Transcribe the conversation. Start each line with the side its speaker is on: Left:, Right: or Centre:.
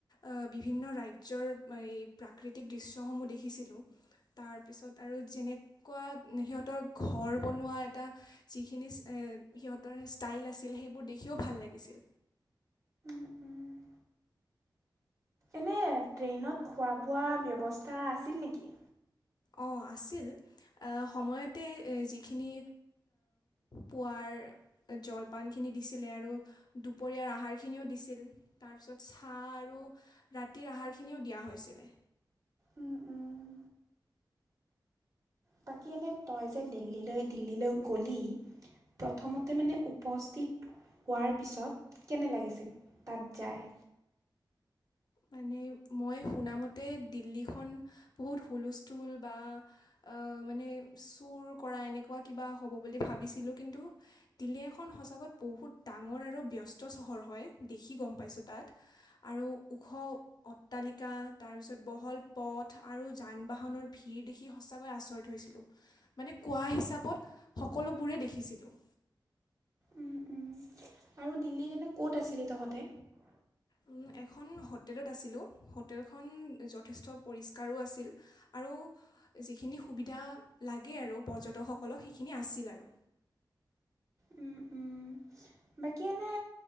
Left: আহ বিভিন্ন ৰাজ্যৰ এই প্ৰাকৃতিক দৃশ্যসমূহ দেখিছিলোঁ। তাৰপিছত আৰু যেনেকুৱা সিহঁতৰ ঘৰ বনোৱা এটা যিখিনি সিহঁতৰ ষ্টাইল আছিল সেইবোৰ দেখিও ভাল লাগিছিল।
Right: উম এনেই ট্ৰেইনত খোৱা বোৱা ব্যৱস্থা আছিল নেকি?
Left: অ আছিল, সময়তে এ যিখিনি পুৱাৰ জলপানখিনি দিছিলে আৰু দুপৰীয়াৰ আহাৰখিনিও দিছিল। তাৰপিছত চাহ আৰু ৰাতিৰ আহাৰখিনিও দিয়া হৈছিলে।
Right: উম, উম। বাকী এনেই তই যে দিল্লীলৈ দিল্লীলৈ গ'লি প্ৰথমতে মানে উপস্থিত হোৱাৰ পিছত কেনে লাগিছিল তাত যায়?
Left: মানে মই শুনামতে দিল্লীখন বহুত হুলস্থুল বা আহ মানে চুৰ কৰা এনেকুৱা কিবা হ'ব বুলি ভাবিছিলো কিন্তু দিল্লী এখন সঁচাকৈ বহুত ডাঙৰ আৰু ব্যস্ত চহৰ হয়, দেখি গ'ম পাইছোঁ তাত। আৰু ওখ অট্টালিকা তাৰপিছত বহল পথ আৰু যান বাহনৰ ভিৰ দেখি সঁচাকৈ আচৰি হৈছিলোঁ। মানে কোৱা হিচাবত সকলোবোৰে দেখিছিলোঁ।
Right: উম উম আৰু দিল্লীত এনেই ক'ত আছিলি? তহঁতে।
Left: উম এখন হোটেলত আছিলোঁ হোটেলখন যথেষ্ট পৰিস্কাৰো আছিল আৰু যিখিনি সুবিধা লাগে আৰু পৰ্যটকসকলক সেইখিনি আছিল আৰু
Right: উম উম বাকী এনে